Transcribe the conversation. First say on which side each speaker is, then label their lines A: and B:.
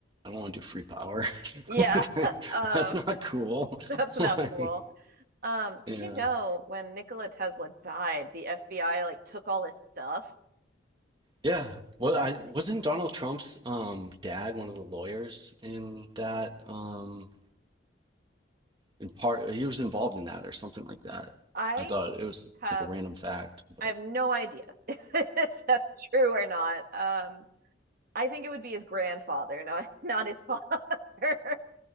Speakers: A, on the right (about 25°); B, on the right (about 50°).
A: I don't want to do free power, <laughs>
B: Yeah,
A: Like, that-
B: <laughs> um,
A: that's not cool.
B: that's
A: <laughs>
B: not
A: Like,
B: cool. Um, did
A: yeah,
B: you know when Nikola Tesla died, the FBI like took all his stuff?
A: yeah. Well,
B: That's
A: I
B: like,
A: wasn't Donald Trump's um dad one of the lawyers in that. Um, in part he was involved in that or something like that.
B: I
A: I thought it was
B: have
A: like a random fact, but
B: I have no idea <laughs> if that's true or not. Um, I think it would be his grandfather, not <laughs> not his father. <laughs>